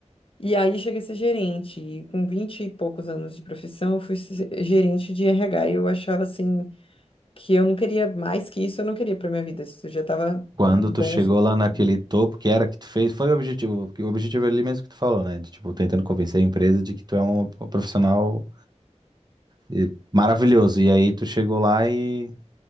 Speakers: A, on the left (about 50°); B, on the right (about 35°).
A: E aí cheguei a ser gerente. E com 20 e poucos anos de profissão, eu fui se- gerente de RH. E eu achava assim que eu não queria mais que isso, eu não queria para minha vida. Isso já estava
B: Quando
A: bom
B: tu chegou
A: o suficiente.
B: lá naquele topo, que era que tu fez, foi o objetivo, porque o objetivo é ali mesmo que tu falou, né? De, Tipo, tentando convencer a empresa de que tu é um, um profissional eh, maravilhoso. E aí tu chegou lá e,